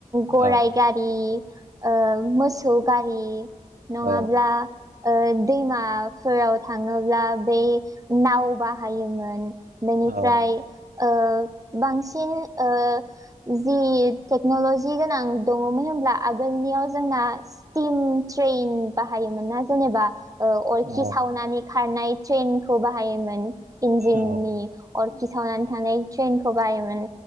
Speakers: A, on the right; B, on the right.
A: गराय
B: औ
A: गारि ओ मोसौ गारि नङाब्ला
B: औ
A: ओ दैमाफोराव थाङोब्ला बे नाव बाहायोमोन बेनिफ्राय
B: औ
A: ओ बांसिन ओ जि टेक्न'ल'जि गोनां दङ'मोन होमब्ला आगोलनियाव जोंना स्टिम ट्रेन बाहायोमोन ना जेनेबा ओ अरखि
B: औ
A: सावनानै खारनाय ट्रेनखौ बाहायोमोन इन्जिननि
B: औ
A: अरखि सावनानै थानाय ट्रेनखौ बाहायोमोन